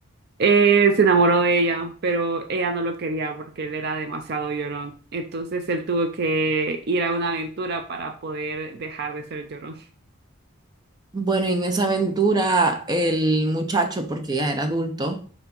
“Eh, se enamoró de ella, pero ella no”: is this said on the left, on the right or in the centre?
Right